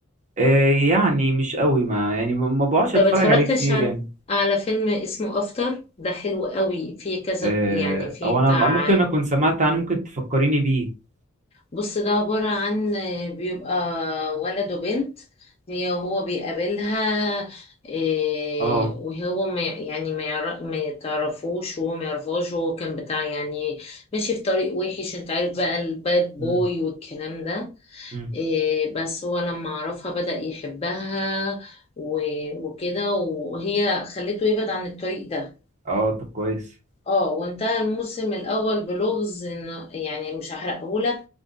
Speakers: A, on the right; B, on the left.
A: آه يعني مش قوي ما يعني ما ما بقعدش اتفرج
B: انت ما اتفرجتش
A: عليه كتير
B: على
A: يعني
B: على فيلم اسمه افتر ده حلو قوي فيه كذا
A: آه
B: يعني فيه
A: او انا
B: بتاع
A: ممكن اكون سمعت عنه ممكن تفكريني بيه
B: بص ده عبارة عن بيبقى ولد وبنت هي هو بيقابلها إيه،
A: اه
B: وهو ما يعني ما يعرف ما يتعرفوش وهو ما يعرفهاش وهو كان بتاع يعني ماشي في طريق وحش انت عارف بقى الباد بوي
A: مم.
B: والكلام ده
A: مم.
B: إيه، بس هو لما عرفها بدأ يحبها و- وكده وهي خلته يبعد عن الطريق ده
A: اه طب كويس
B: اه وانتهى الموسم الاول بلغز ان يعني مش هحرقهولك